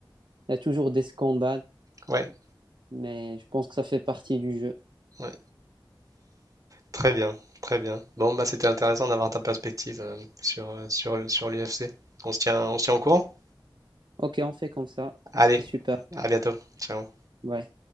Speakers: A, on the right; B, on the right.
A: Il y a toujours des scandales,
B: Ouais,
A: mais je pense que ça fait partie du jeu.
B: ouais. Très bien, très bien. Bon, bah, c'était intéressant d'avoir ta perspective euh, sur, euh, sur, sur l'UFC. On se tient, on se tient au courant?
A: Ok, on fait comme ça.
B: Allez,
A: C'était super.
B: à bientôt. Ciao.
A: Ouais.